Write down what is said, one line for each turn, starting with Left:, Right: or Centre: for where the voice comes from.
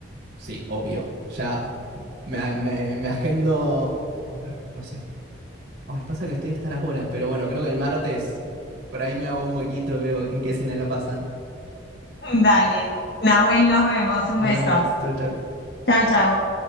Right: Sí, obvio. Ya me, me, me agendo. A ver, no sé. Ay, pasa que estoy hasta las bolas, pero bueno, creo que el martes por ahí me hago un huequito y veo en qué cine la pasan.
Left: <laughs> Dale, Nahuel, nos vemos, un
Right: Nos
Left: beso.
Right: vemos, chao, chao.
Left: Chau, chau.